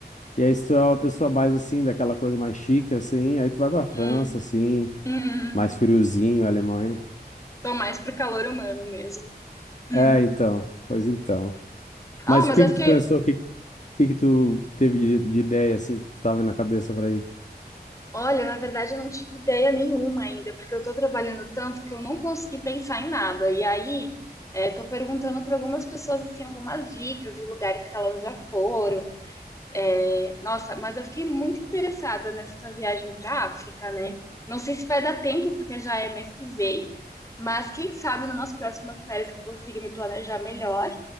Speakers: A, on the left (about 45°); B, on the left (about 20°).
A: e aí, se tu é uma pessoa mais assim, daquela coisa mais chique, assim, aí tu vai pra França,
B: Hum,
A: assim,
B: hum.
A: mais friozinho, Alemanha.
B: Tô mais pro calor humano mesmo. Hum.
A: É, então, pois então.
B: Ah,
A: Mas
B: mas
A: o que
B: eu
A: que
B: fiquei.
A: tu pensou, o que, que que tu teve de, de ideia, assim, que tu tava na cabeça pra ir?
B: Olha, na verdade eu não tive ideia nenhuma ainda, porque eu tô trabalhando tanto que eu não consegui pensar em nada. E aí, é, tô perguntando para algumas pessoas, assim, algumas dicas de lugares que elas já foram. É, nossa, mas eu fiquei muito interessada nessa tua viagem pra África, né? Não sei se vai dar tempo, porque já é mês que vem, mas quem sabe numas próximas férias que eu consiga me planejar melhor.